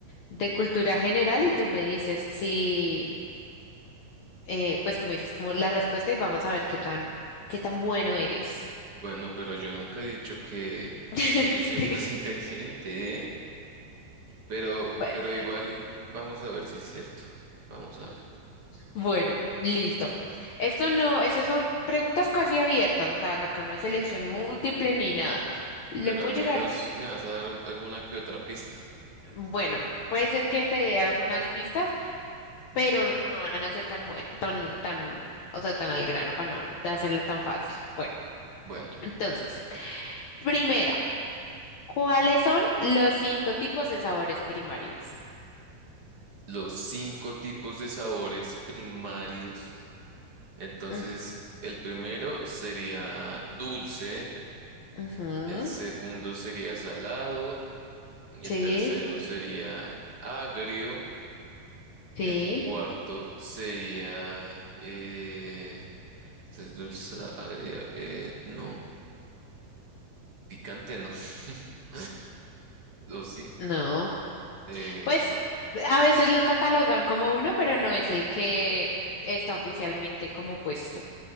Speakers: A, on the left (about 75°); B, on the right (about 50°).
A: de cultura general y tú me dices si, eh, pues tú me dices como la respuesta y vamos a ver qué tan, qué tan bueno eres.
B: Bueno, pero yo nunca he dicho que,
A: <laughs>
B: que yo soy
A: Sí,
B: el más <laughs> inteligente, ¿eh? Pero,
A: bueno.
B: pero igual vamos a ver si es cierto. Vamos a ver.
A: Bueno, listo. Esto no, esas son preguntas casi abiertas, o sea, acá no es selección múltiple ni nada. Le
B: Pero
A: puedo
B: al menos
A: llegar,
B: me vas a dar u- alguna que otra pista.
A: bueno, puede ser que te dé algunas pistas, pero no van a ser tan buen, tan, tan, o sea, tan al grano para no hacerla tan fácil. Bueno,
B: Bueno,
A: entonces, primera, ¿cuáles son los cinco tipos de sabores primarios?
B: los cinco tipos de sabores primarios. Entonces,
A: Mm,
B: el primero sería dulce,
A: ujú,
B: el segundo sería salado, Y
A: Sí,
B: El tercero sería agrio.
A: sí,
B: El cuarto sería... Eh, este es dulce, agrio. eh, no, picante no. <laughs> ¿O sí?
A: no.
B: Eh,
A: Pues a veces lo catalogan como uno, pero no es el que está oficialmente como puesto.